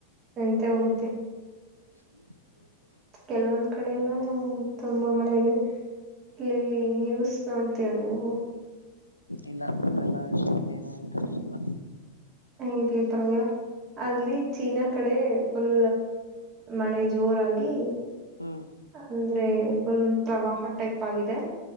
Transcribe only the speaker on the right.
ನಿಂತೆ ಹೋಗುತ್ತೆ.
ಕೆಲವೊಂದ ಕ ಕಡೆ ಎಲ್ಲ ತುಂಬಾ ಮಳೆ ಆಗಿದೆ ಇಲ್ಲಿಲ್ಲಿ ನ್ಯೂಸ್ ನೋಡ್ತೀಯಾ ನೀವು.
ಇರ್ಲಿ ಪರವಾಗಿಲ್ಲ ಅಲ್ಲಿ ಚೀನಾ ಕಡೆ. ಫುಲ್ ಮಳೆ ಜೋರಾಗಿ.
ಅಂದ್ರೆ ಫುಲ್ ಪ್ರವಾಹ ಟೈಪ್ ಆಗಿದೆ.